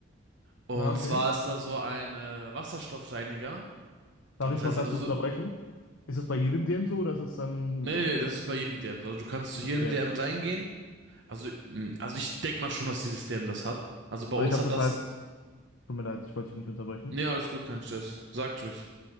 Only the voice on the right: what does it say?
Und
zwar ist da so ein äh, Wasserstoffreiniger.
Aber
Was heißt,
also,
nee,
nee, nee, das ist bei jedem DM. Also du kannst zu jedem
DM reingehen. Also, mm, also ich denk mal schon, dass jedes DM das hat. Also bei
uns
hat
das,
nee, alles gut, kein Stress. Sagt ruhig.